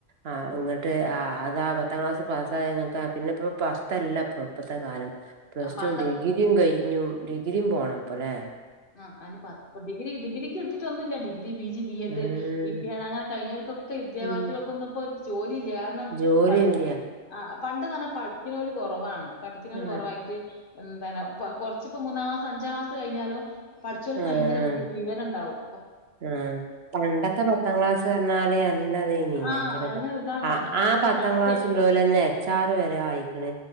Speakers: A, on the right; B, on the left.
A: ആ ഇങ്ങട്ട് ആ അതാ പത്താം ക്ലാസ് പാസ്സായ ങ്ങക്ക് പിന്നെ ഇപ്പ പ പത്തല്ല ഇപ്പൊ ഇപ്പത്തെ കാലം പ്ലസ്
B: ആ, പണ്ട
A: ടു ഡിഗ്രിയും കഴിഞ്ഞും ഡിഗ്രിയും പോണംപ്പോലെ
B: ആഹ് അയ്ന് പ ഡിഗി ഡിഗ്രി കിട്ടിട്ടൊന്നുമില്ല degree degree P G B Ed
A: ഉം
B: B പി എഡ് അങ്ങനെ കഴിഞ്ഞവർക്കൊക്കെ ഉദ്യോഗാർത്ഥികൾക്കൊന്നും
A: ഉം
B: പ്പോ ഒരു ജോലീല്ല്യാ കാരണം
A: ജോലിയില്ല
B: പണ്ട് ആ പണ്ട്ന്നറഞ്ഞാ പഠിക്കുണോല് കൊറവാണ് പഠിക്ക്ണോല്
A: ആ
B: കൊറവായിട്ട്. എന്താണ് പ്പ കൊറച്ച്പ്പ മൂന്നാം ക്ലാസ് അഞ്ചാം ക്ലാസ് കഴിഞ്ഞാലും പഠിച്ചവർക്ക്
A: ആ
B: ഭയങ്കര വിവരണ്ടാവും.
A: ആഹ് പണ്ടത്തെ പത്താം ക്ലാസ് പറഞ്ഞാല് അല്ലാതേനി ഭയങ്കര
B: ആ നല്ല
A: താണ്
B: ഇതാണ് നല്ല അത്രയും
A: ആ പത്താം
B: പഠിച്ചേനു.
A: ക്ലാസ്ള്ളോലന്നെ എച്ച് ആർ വരെ ആയിക്ക്‌ണ്